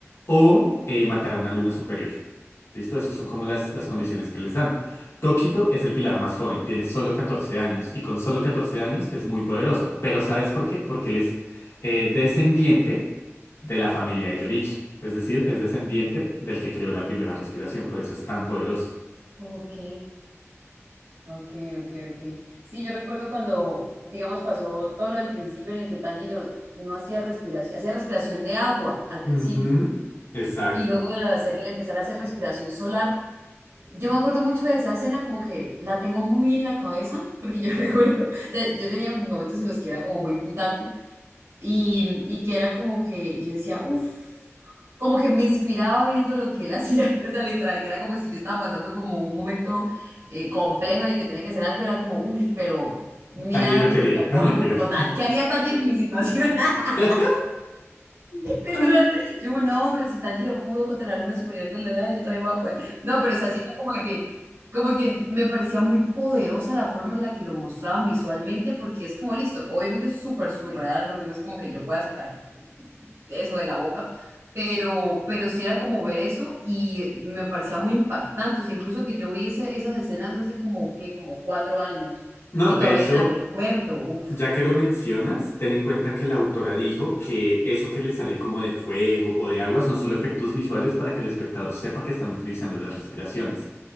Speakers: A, on the left; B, on the right.
A: o eh, matar a una luna superior. ¿Listo? Esas son como las,
B: ok.
A: las condiciones que les dan. Tokito es el pilar más joven, tiene solo 14 años, y con solo 14 años es muy poderoso. Pero ¿sabes por qué? Porque él es eh, descendiente de la familia de Yorichi, es decir, es descendiente del que creó la primera respiración, por eso es tan poderoso.
B: Ok, ok, ok, ok. Sí, yo recuerdo cuando, digamos, pasó todo lo del principio en el que Tanjiro no hacía respiración, hacía respiración de agua al principio.
A: Ujú, Exacto.
B: Y luego de hacer, empezar a hacer respiración solar, Yo me acuerdo mucho de esa escena, como que la tengo muy en la cabeza, porque yo <laughs> recuerdo, o sea, yo tenía momentos en los que era como muy putaku y, y que era como que yo decía, uff, como que me inspiraba viendo lo que él <laughs> hacía, o sea, literal, que era como si yo estaba pasando como un momento eh, complejo en el que tenía que hacer algo, era como, uff, pero mira
A: Tanjiro quería,
B: la
A: no
B: forma,
A: mentiras.
B: total, ¿qué haría Tanjiro en mi situación? <laughs>
A: <laughs> <laughs>
B: Literal. Yo, no, pero si Tanjiro pudo contra la luna superior de la nada, yo también voy a poder. No, pero o sea, sí, era como que, como que me parecía muy poderosa la forma en la que lo mostraban visualmente, porque es como listo, obviamente es súper surreal, no No es como que yo pueda sacar eso de la boca, pero, pero sí era como ver eso y me parecía muy impactante, o sea, incluso que yo vi esa- esas escenas hace como, qué Como cuatro años
A: No,
B: y
A: de
B: todavía
A: hecho,
B: las recuerdo, uf.
A: ya que lo mencionas, ten en cuenta que la autora dijo que eso que le sale como de fuego o de agua son solo efectos visuales para que el espectador sepa que están utilizando las respiraciones.